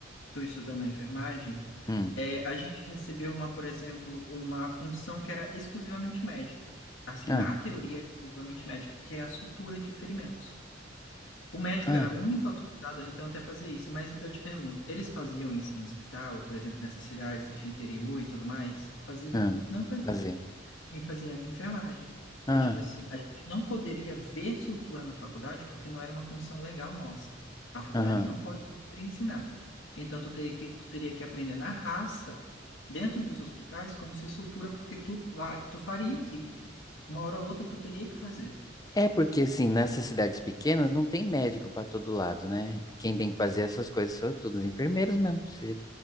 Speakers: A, on the left; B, on the left.
A: tu estudando a enfermagem,
B: Hum,
A: é, a gente recebeu uma, por exemplo, uma função que era exclusivamente médica. Assim,
B: ah,
A: na teoria era exclusivamente médica, que é a sutura de ferimentos. O médico
B: ah,
A: era o único autorizado, então, até fazer isso. Mas eu te pergunto, eles faziam isso em hospital, por exemplo, nessas cidades de interior e tudo mais? Faziam?
B: ah.
A: Não faziam,
B: Fazer.
A: E faziam em enfermagem.
B: Ah,
A: E, tipo assim, a gente não poderia ver sutura na faculdade porque não era uma função legal nossa. A faculdade
B: aham.
A: não pode ensinar. Então, tu teria que, tu teria que aprender na raça, dentro dos hospitais, como se sutura, porque tu, va- tu faria aquilo. Uma hora ou outra, tu teria que fazer.
B: É porque, assim, nessas cidades pequenas não tem médico pra todo lado, né? Quem tem que fazer essas coisas são todos os enfermeiros mesmo. Você-